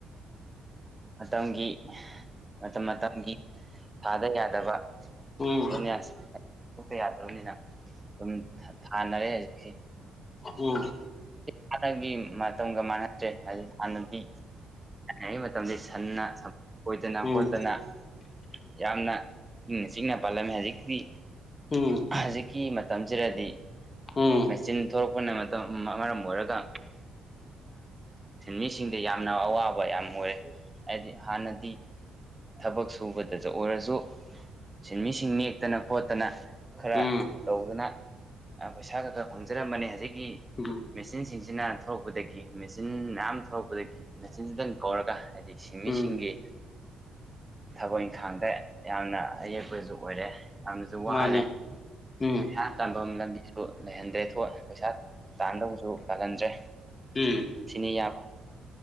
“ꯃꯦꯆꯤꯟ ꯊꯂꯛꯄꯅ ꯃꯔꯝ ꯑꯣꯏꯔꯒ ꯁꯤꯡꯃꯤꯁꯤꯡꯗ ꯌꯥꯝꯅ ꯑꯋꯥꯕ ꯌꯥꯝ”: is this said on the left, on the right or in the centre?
Right